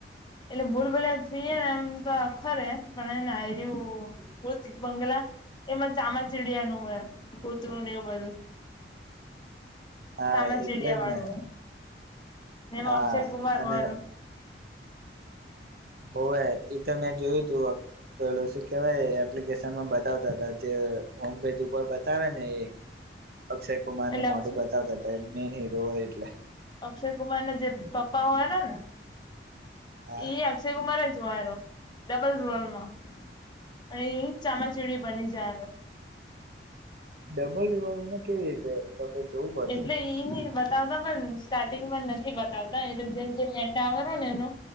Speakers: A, on the left (about 25°); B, on the right (about 55°).
A: એટલે ભૂલ ભોલ્યા ફ્રીએને એમ તો ખરે પણ એનેયર્યું ભુત બંગલા એમાં ચામાચિડિયા નું હો કૂતરું ને એવું બધું
B: હા
A: સામાજીડિયા
B: એટલે જ
A: વાળું
B: ને
A: એમ
B: હા
A: અક્ષય કુમાર
B: અને
A: વારૂ
B: હો હ એ તો મેં જોયું શું પેલો શું કેહેવાય એપ્લિકેશન માં બતાવતા હતા જે હોમ પેજ ઉપર બતાવે ને એ
A: <inaudible>
B: અક્ષય કુમાર
A: એટલે
B: નું
A: અક્ષ
B: મોઢુ બતાવતા હતા એ મેન હીરો હોય એટલે
A: અક્ષય કુમાર ના જે પપ્પા હોય ને ને
B: હા
A: એ અક્ષય કુમાર જ મારો ડબલ રોલમાં અઈ ચમાચેડી બની જાય
B: ડબલ રવામાં કેવી રીતે? તો તો જોવું પડશે
A: એટલે એઈ ન બતાવતા પણ સ્ટાર્ટિંગમાં નથી બતાવતા એટલે જેમ જેમ એન્ડ આવેનો ને એનો